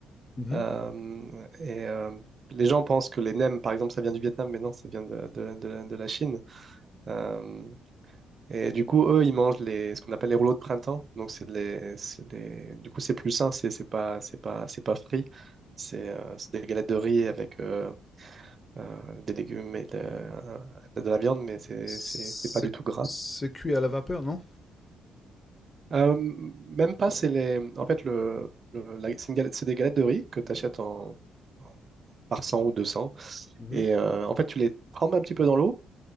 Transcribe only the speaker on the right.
Euh, et euh, les gens pensent que les nems, par exemple, ça vient du Vietnam, mais non, ça vient de, de- de- de la Chine. Euh, et du coup, eux, ils mangent les, ce qu'on appelle les rouleaux de printemps. Donc, c'est les, c'est des- du coup, c'est plus sain, c'est c'est pas, c'est pas, c'est pas frit. C'est euh, c'est des galettes de riz avec euh, euh, avec des légumes et de, de- de la viande, mais c'est
c'est- c'est pas du tout gras.
Euh, même pas, c'est les, en fait, le, le- la- c'est une galette- c'est des galettes de riz que tu achètes en, en- par cent ou deux cents
Et euh, en fait, tu les trempes un petit peu dans l'eau.